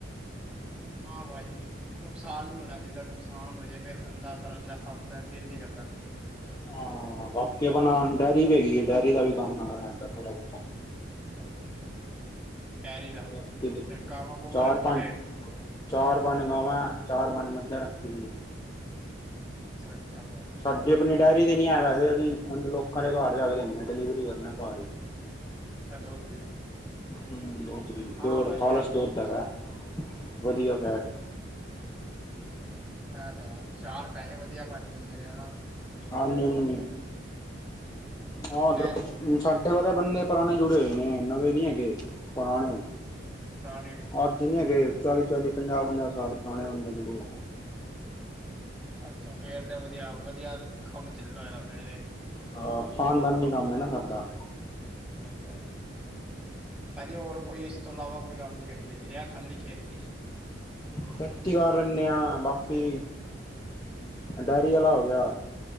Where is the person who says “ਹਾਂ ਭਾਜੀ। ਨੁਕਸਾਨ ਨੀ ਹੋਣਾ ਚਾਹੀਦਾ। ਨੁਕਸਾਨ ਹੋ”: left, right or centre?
Centre